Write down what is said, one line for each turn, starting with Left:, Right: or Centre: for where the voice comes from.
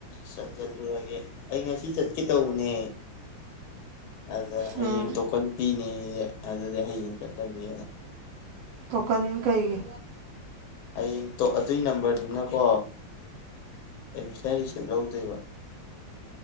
Left: ꯆꯟ ꯆꯜꯂꯨꯔꯒꯦ ꯑꯩ ꯉꯁꯤ ꯆꯠꯀꯦ ꯇꯧꯕꯅꯦ ꯑꯗ ꯍꯌꯦꯡ
Right: ꯎꯝ
Left: ꯇꯣꯀꯟ ꯄꯤꯅꯤꯌꯦ ꯑꯗꯨꯗꯤ ꯍꯌꯦꯡ ꯆꯠꯂꯒꯦꯅ
Right: ꯇꯣꯀꯟ ꯀꯩꯒꯤ
Left: ꯍꯌꯦꯡ ꯇꯣ ꯑꯗꯨꯏ ꯅꯝꯕꯔꯗꯨꯅꯀꯣ ꯑꯦꯠꯃꯤꯁꯟ ꯔꯤꯁꯤꯞ ꯂꯧꯗꯣꯏꯕ